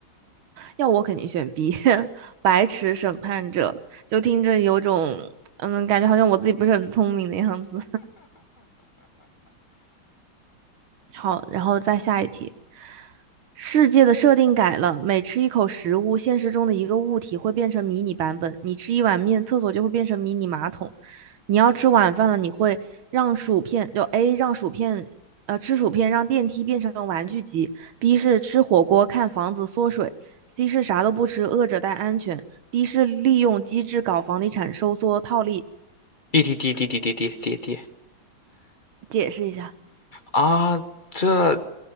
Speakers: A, on the right (about 80°); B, on the left (about 35°).
A: 要我肯定选 B，<laughs> 白齿审判者。就听着有种，嗯，感觉好像我自己不是很聪明的样子。好，然后再下一题。世界的设定改了，每吃一口食物，现实中的一个物体会变成迷你版本。你吃一碗面，厕所就会变成迷你马桶。你要吃晚饭了，你会让薯片，就 A 让薯片，呃，吃薯片让电梯变成玩具机；B 是吃火锅看房子缩水；C 是啥都不吃，饿着但安全；D 是利用机制搞房地产收缩套利。
B: D D D D D D D D D
A: 解释一下，
B: 啊，这